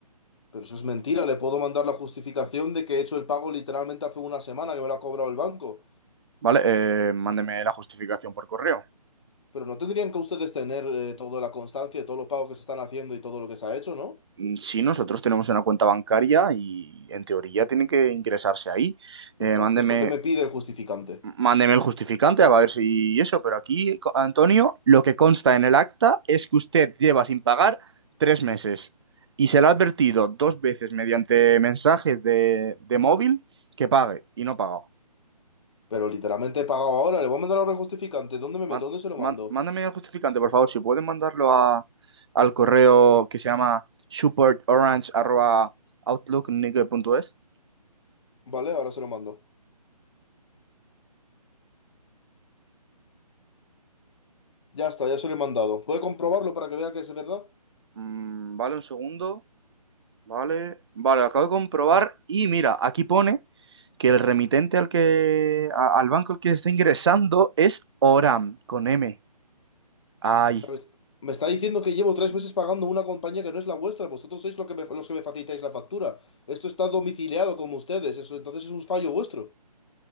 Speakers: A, on the left (about 45°); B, on the right (about 40°).
A: pero eso es mentira. Le puedo mandar la justificación de que he hecho el pago literalmente hace una semana que me lo ha cobrado el banco.
B: Vale, eh, mándeme la justificación por correo.
A: Pero no tendrían que ustedes tener eh, toda la constancia de todos los pagos que se están haciendo y todo lo que se ha hecho, ¿no?
B: Mm, Sí, nosotros tenemos una cuenta bancaria y en teoría tiene que ingresarse ahí. Eh,
A: Entonces,
B: mándeme,
A: ¿por qué me pide el justificante?
B: mándeme el justificante a ver si eso, pero aquí, co- Antonio, lo que consta en el acta es que usted lleva sin pagar tres meses y se le ha advertido dos veces mediante mensajes de, de móvil que pague y no paga.
A: Pero literalmente he pagado ahora, le voy a mandar ahora el justificante. ¿Dónde me meto?
B: Man-
A: ¿Dónde se lo
B: man-
A: mando?
B: mándame el justificante, por favor, si pueden mandarlo a- al correo que se llama supportorange.outlook.es.
A: Vale, ahora se lo mando. Ya está, ya se lo he mandado. ¿Puede comprobarlo para que vea que es verdad?
B: Mm, vale, un segundo. Vale. Vale, acabo de comprobar. Y mira, aquí pone que el remitente al que, a- al banco al que está ingresando es Oram, con M. Ay.
A: ¿Sabes? Me está diciendo que llevo tres meses pagando una compañía que no es la vuestra. Vosotros sois lo que me- los que me facilitáis la factura. Esto está domiciliado como ustedes. Eso entonces es un fallo vuestro.